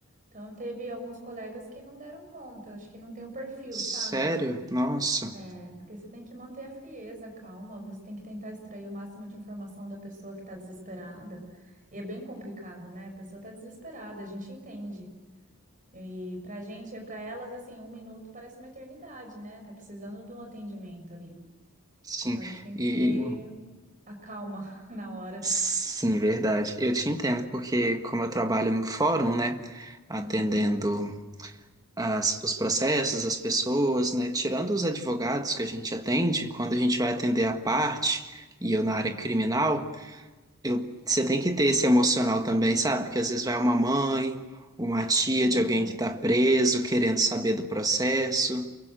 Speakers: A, on the right; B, on the right.
A: Então teve alguns colegas que não deram conta, acho que não tem o perfil,
B: Sério?
A: sabe?
B: Nossa.
A: É, porque você tem que manter a frieza, a calma, você tem que tentar extrair o máximo de informação da pessoa que está desesperada. E é bem complicado, né? A pessoa está desesperada, a gente entende. E pra gente, é, pra elas, assim, um minuto parece uma eternidade, né? Tá precisando do atendimento ali.
B: Sim.
A: Então a gente tem
B: E
A: que ter a calma <laughs> na hora.
B: Sim, verdade. Eu te entendo, porque como eu trabalho no fórum, né, atendendo
A: Uhum.
B: as, os processos, as pessoas, né, tirando os advogados que a gente atende, quando a gente vai atender a parte, e eu na área
A: uhum.
B: criminal, eu, você tem que ter esse emocional também, sabe? Que às vezes vai uma mãe, uma tia
A: É,
B: de alguém que está preso, querendo saber do processo.